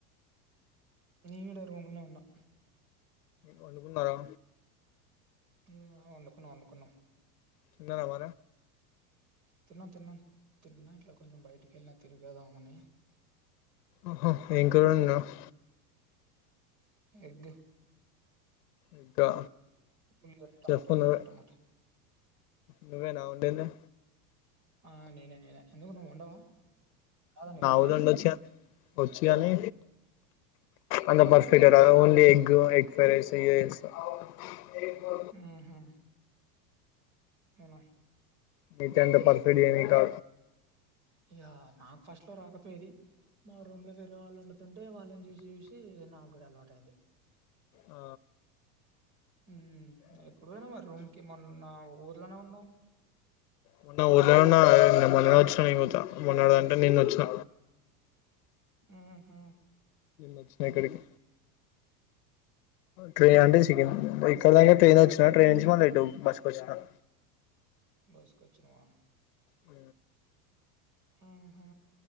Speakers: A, on the right; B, on the left.
A: నేను కూడ రూమ్ లో ఉన్నా
B: వండుకున్నారా
A: మ్ వండుకున్నాం వండుకున్నాం
B: తిన్నారా మరీ
A: తిన్నం తిన్నాం తిన్న ఇట్లా కొంచెం బయటకిెళ్ళిన తి గదామని
B: ఆహా ఏం కూరండావ్
A: ఎగ్
B: ఇంకా
A: ఉల్లిగడ్డ టమాటా
B: చెప్పు
A: ఉల్లిగడ్డ
B: నువ్వే
A: టమాటా
B: నువ్వే నా ఉండింది
A: ఆ నేనే నేనే ఎందుకు నువ్వు వండవా రాదా నీకు
B: నావుదండి
A: వండడం
B: వచ్చినీ ఒచ్చు గనీ అంద పర్ఫెక్టట్ గ ఓన్లీ ఎగ్ ఎగ్ ఫ్రోరైస్ ఇదె ఎస అపో
A: ఊహూ అవునా
B: నతే అంట పర్ఫెడిని కా
A: ఇఅ నాకు ఫస్ట్ లో రాకపోయేది మా రూమ్ లో వేరే వాళ్ళు ఒండుతుం అంటే వాళ్ళని చూశి జూశి నాకు గూడా అలవాట్ అయింది
B: ఆ
A: మ్ ఎప్పుడు వొయినవ్ మరి రూమ్కిి మొన్న ఊర్లనె ఉన్నవ్
B: మొన్న ఊళ్ళ ఉన్నా మొన్న వచ్చినా నేన్ గుత మొన్నడుంటే నిన్న వచ్చిన
A: ఉం హు
B: వచ్చినయిక్కడికి ట్రైన్ అండి ఇక్కడ్దాక ట్రైన్ వచ్చిన ట్రైన్ నుంచి మల్ల బస్కొచ్చిన
A: బస్ కొచ్చినవా
B: ఆ
A: మ్హ్